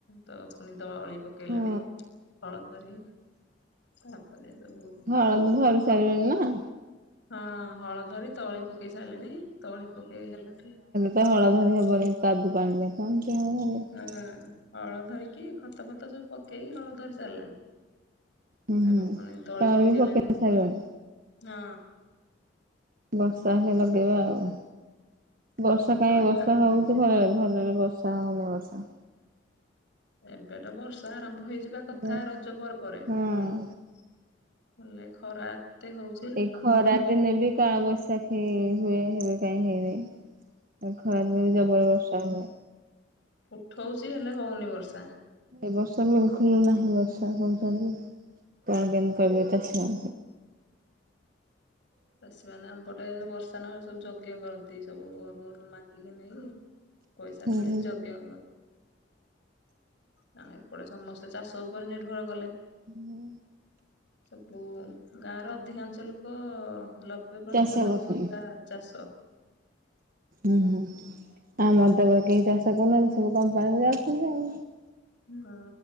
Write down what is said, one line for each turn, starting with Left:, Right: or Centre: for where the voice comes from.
Left: ଦ- ପୁଣି ଦ ଅଳି ପକେଇଲେଣି
Right: ହଁ
Left: ହଳ ଧରି ତାପରେ ସବୁ
Right: ଘରନ୍ତୁ ଧରି
Left: ତ
Right: ସାରିବେନି ନା?
Left: ହଁ ହଳ ଧରି ତଳି ପକେଇ ସାରିଲେଣିି ତଳି ପକେଇ ହେଲେ ଠୁ
Right: ଧରା ଧରି ହବନି କାଦୁ ପାଣିରେ <unintelligible>
Left: ହୁଁ ହଳ ଧରିକି ଖତ ଫତ ସବୁ ପକେଇକି ହଳ ଧରି ସାରିଲାନି।
Right: ହୁଁ ହୁଁ
Left: ଏବେ ପୁଣି ତଳି ପକେଇଲେଣି
Right: ବି ପକେଇ
Left: ହଁ।
Right: ସାରିବଣି ବର୍ଷା ହେ ଲଗେଇବା ଆଉ।
Left: ତାପରେ
Right: ବର୍ଷା କାହିଁ
Left: ତଳି
Right: ବର୍ଷା
Left: ହାତ
Right: ହଉଚି
Left: ଲାଗିବେ
Right: ଭଲରେ ଭଲରେ ବର୍ଷା ହଉନି ବର୍ଷା।
Left: ଏବେ ତ ବର୍ଷା ଆରମ୍ଭ ହେଇଯିବା କଥା
Right: ବର୍ଷ
Left: ରଜ ବର୍ ପରେ।
Right: ହଁ
Left: ହଲେ ଖରା ଏତେ ହଉଚି
Right: ଏଇ ଖରା ଦିନେ ବି କାଳ ବୈଶାଖୀ ହୁଏ ହେବେ କାହିଁ ହେଇନି। ଖରାଦ ବି ଜବର ବର୍ଷା ହୁଏ।
Left: ଉଠଉଚି ହେଲେ ହଉନି ବର୍ଷା।
Right: ଏ ବର୍ଷା ବିଲକୁଲ ନାହିଁ ବର୍ଷା କହୁଛନ୍ତି କଣ କେନ୍ କରିବି ଚାଷ
Left: ଚାଷୀମାନୋନ ଆମପଟେ ବର୍ଷା ନହେଲେ ସବୁ ଯଜ୍ଞ କରନ୍ତି ସବୁ ଘରୁ ଘରୁ ମାଗିକି ନେଇ ପଇସା
Right: ହୁଁ।
Left: ଠୁଳେଇ ଯଜ୍ଞ ହବ। ନା ଏପଟେ ସମସ୍ତେ ଚାଷ ଉପରେ ନିର୍ଭର କଲେ
Right: ହୁଁ।
Left: ସବୁ ଗାଁ ର ଅଧିକାଂଶ ଲୋକ ଲ ବେ ପ୍ରତିଶତ
Right: ଚାଷ କରୁଛନ୍ତି
Left: ଲୋକ ପୁରା ଚାଷ।
Right: ହୁଁ ହୁଁ ଆମର୍ଦବରେ କେହି ଚାଷ କରୁନାହାନ୍ତି ସବୁ କମ୍ପାନୀରେ ଅଛନ୍ତି ଆଉ।
Left: ହୁଁ